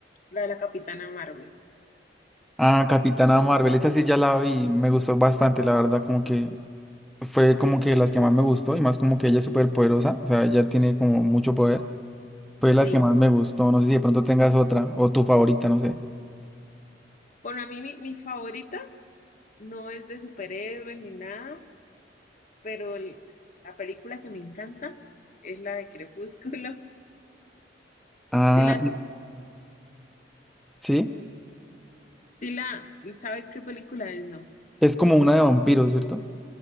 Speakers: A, on the left; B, in the centre.
A: la de la Capitana Marvel.
B: Ah, Capitana Marvel, esa sí ya la vi, me gustó bastante, la verdad, como que fue como que las que más me gustó y más como que ella es súper poderosa, o sea, ella tiene como mucho poder, fue las
A: Sí.
B: que más me gustó, no sé si de pronto tengas otra o tu favorita, no sé.
A: Bueno, a mí mi mi favorita no es de superhéroes ni nada pero el- la película que me encanta es la de Crepúsculo. <laughs>
B: Ah,
A: Sí la,
B: sí.
A: sí la, ¿sabe qué película es? No.
B: Es como una de vampiros, ¿cierto?